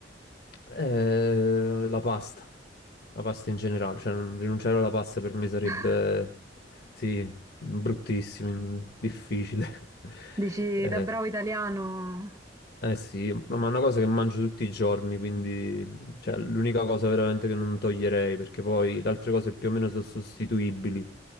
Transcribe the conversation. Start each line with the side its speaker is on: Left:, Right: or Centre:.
Left: Eh, la pasta, la pasta in generale, cioè non rinunciare alla pasta per me sarebbe,
Right: <laughs>
Left: sì, bruttissimo, in- difficile. <laughs>
Right: Dici
Left: Eh,
Right: da bravo italiano,
Left: Eh sì, no, ma è una cosa che mangio tutti i giorni, quindi cioè, l'unica cosa veramente che non toglierei, perché poi le altre cose più o meno sono sostituibili,